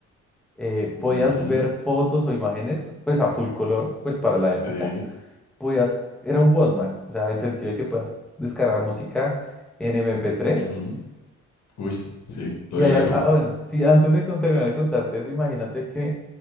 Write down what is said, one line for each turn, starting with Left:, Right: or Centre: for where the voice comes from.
Centre: Eh,
Left: Ujú,
Centre: podías ver fotos o imágenes pues a full color, pues para la época.
Left: Sí.
Centre: Podías, era un Walkman, o sea, en el sentido de que puedas descargar música en mp tres
Left: ujú. Uy, sí, lo
Centre: Y
Left: de
Centre: ahí,
Left: la
Centre: al-
Left: época.
Centre: ah, bueno, sí, antes de con- terminar de contarte eso, imagínate que